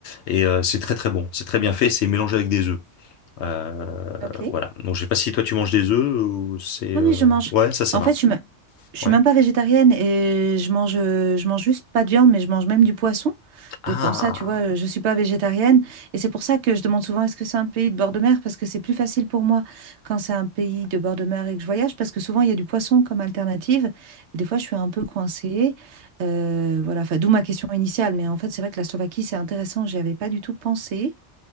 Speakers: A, on the left; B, on the right.
A: Et euh, c'est très, très bon. C'est très bien fait. C'est mélangé avec des œufs. Euh,
B: Ok.
A: voilà. Donc, je sais pas si toi, tu manges des œufs ou c'est...
B: Oui,
A: euh,
B: oui, je mange.
A: Ouais, ça, ça
B: Bah,
A: va.
B: En fait, je ne je suis
A: Ouais.
B: même pas végétarienne et je mange, euh, je mange juste pas de viande, mais je mange même du poisson.
A: Ah!
B: Donc en ça, tu vois, euh, je ne suis pas végétarienne. Et c'est pour ça que je demande souvent, est-ce que c'est un pays de bord de mer? Parce que c'est plus facile pour moi quand c'est un pays de bord de mer et que je voyage, parce que souvent, il y a du poisson comme alternative. Et des fois, je suis un peu coincée. Euh, voilà, enfin, d'où ma question initiale. Mais en fait, c'est vrai que la Slovaquie, c'est intéressant. J'y avais pas du tout pensé.